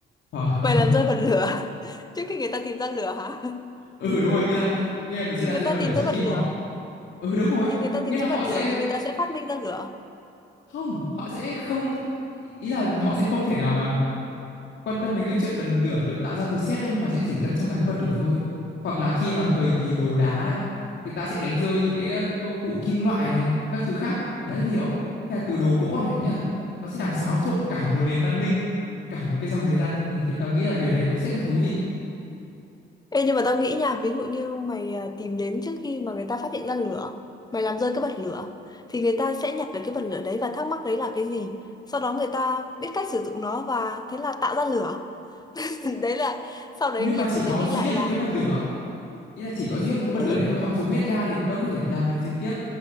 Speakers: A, on the left; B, on the left.
A: hoặc <laughs>
B: mày làm rơi bật lửa <laughs> trước khi người ta tìm ra lửa hả
A: ừ đúng rồi nghĩa là nghĩa là mình sẽ
B: thì
A: làm
B: người
A: rơi
B: ta
A: bật lửa
B: tìm
A: trước
B: thấy bật
A: khi
B: lửa
A: mà họ ừ đúng rồi
B: thì người ta tìm
A: nghĩa là
B: thấy bật
A: họ
B: lửa
A: sẽ
B: thì người ta sẽ phát minh ra lửa
A: không họ sẽ không ý là họ sẽ không thể nào mà quan tâm đến cái chuyện là lửa được tạo ra từ sét nữa mà họ sẽ chỉ tâm chăm vào cái bật lửa thôi hoặc là khi mà thời kỳ đồ đá ấy, thì ta sẽ đánh rơi những cái ờ, công cụ kim loại này các thứ khác đấy mày hiểu không thế là từ đồ gỗ này nghĩa là nó sẽ làm xáo trộn cả một nền văn minh cả một cái dòng thời gian ấy nhiều khi tao nghĩ là điều đấy cũng sẽ thật thú vị
B: Ê, nhưng mà tao nghĩ nha ví dụ như mày à, tìm đến trước khi mà người ta phát hiện ra lửa mày làm rơi cái bật lửa thì người ta sẽ nhặt được cái bật lửa đấy và thắc mắc đấy là cái gì sau đó người ta biết cách sử dụng nó và thế là tạo ra lửa <laughs> đấy là sau đấy
A: nhưng
B: lịch
A: mà chỉ
B: sử
A: có
B: sẽ ghi
A: duy
B: lại
A: nhất
B: là
A: một cái bật lửa ý là chỉ có duy nhất một cái bật
B: ừ
A: lửa đấy thôi họ dùng hết ga thì đâu có thể làm được gì tiếp